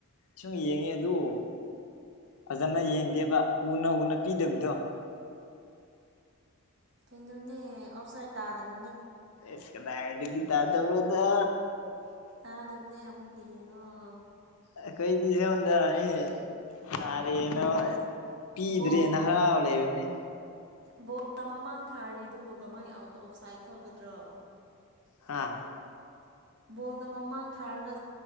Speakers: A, on the left (about 75°); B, on the right (about 50°).
A: ꯁꯨꯝ ꯌꯦꯡꯉꯦ ꯑꯗꯨ ꯐꯖꯅ ꯌꯦꯡꯗꯦꯕ ꯎꯅ ꯎꯅ ꯄꯤꯗꯕꯗꯣ
B: ꯀꯩꯅꯣꯅꯦ ꯑꯣꯞꯁꯥꯥꯏ ꯇꯥꯗꯕ
A: ꯏꯁ ꯀꯗꯥꯏꯗꯤꯒꯤ ꯇꯗꯕ꯭ꯔꯣꯗ
B: ꯇꯥꯗꯕꯅꯦ ꯑꯃꯨꯛ ꯌꯦꯡꯉꯣ
A: ꯑꯩꯈꯣꯏꯗꯤ ꯁꯣꯝꯗꯥ ꯃꯤ ꯇꯥꯔꯦꯅ ꯄꯤꯗ꯭ꯔꯦꯅ
B: ꯕꯣꯜ
A: ꯍꯔꯥꯎ ꯂꯩꯕꯅꯦ
B: ꯕꯣꯜ ꯃꯃꯥꯡ ꯊꯥꯔꯤꯗꯨꯕꯨ ꯀꯃꯥꯏꯅ ꯑꯥꯎꯠ ꯑꯣꯐ ꯁꯥꯏꯠ ꯊꯣꯛꯀꯗ꯭ꯔꯣ
A: ꯍꯥꯥ
B: ꯕꯣꯜꯅ ꯃꯃꯥꯡ ꯊꯥꯔꯒ